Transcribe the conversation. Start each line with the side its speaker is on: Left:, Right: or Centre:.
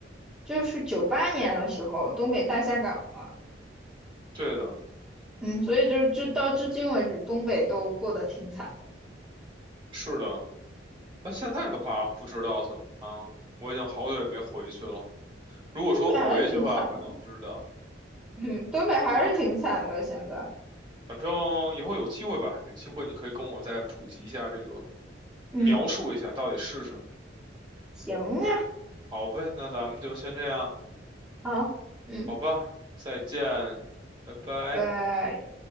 Centre: 就是九八年的时候东北大下岗嘛，
Right: 对的，
Centre: 嗯，所以就是至到至今为止，东北都过得挺惨的，
Right: 是的。那现在的话，不知道怎么样，我已经好久也没回去了。如果说回去的话，
Centre: 东北还是挺惨的，
Right: 可能知道。
Centre: 嗯，东北还是挺惨的，
Right: 反
Centre: 现在，
Right: 反正以后有机会吧，有机会你可以跟我再普及一下这个，
Centre: 嗯，
Right: 描述一下到底是什么。
Centre: 行啊，
Right: 好呗，那咱们就先这样，
Centre: 好，嗯，
Right: 好吧，再见，拜拜。
Centre: 拜。